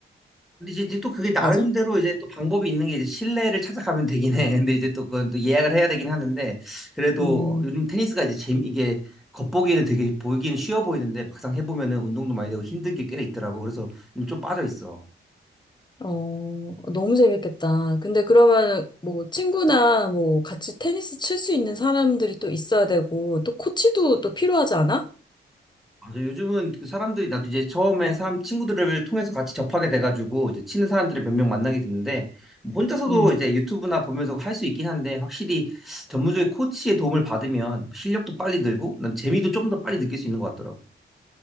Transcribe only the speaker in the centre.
근데 이제, 이제 또 그게 나름대로
이제 또 방법이 있는 게 이제 실내를 찾아가면 되긴 해. <laughs> 근데 이제 또 그건 또 예약을 해야 되긴 하는데 그래도
요즘 테니스가 이제 재미 이게 겉보기에는 되게 보기에는 쉬워 보이는데 막상 해보면은 운동도 많이 되고 힘든 게 꽤 있더라고. 그래서 요즘 좀 빠져 있어.
맞아. 요즘은 그 사람들이 나도 이제 처음에 사람 친구들을 통해서 같이 접하게 돼가지고 이제 치는 사람들을 몇 명 만나게 됐는데 뭐 혼자서도
이제 유튜브나 보면서 할 수 있긴 한데 확실히 전문적인 코치의 도움을 받으면 실력도 빨리 늘고 그다음 재미도 좀 더 빨리 느낄 수 있는 것 같더라고.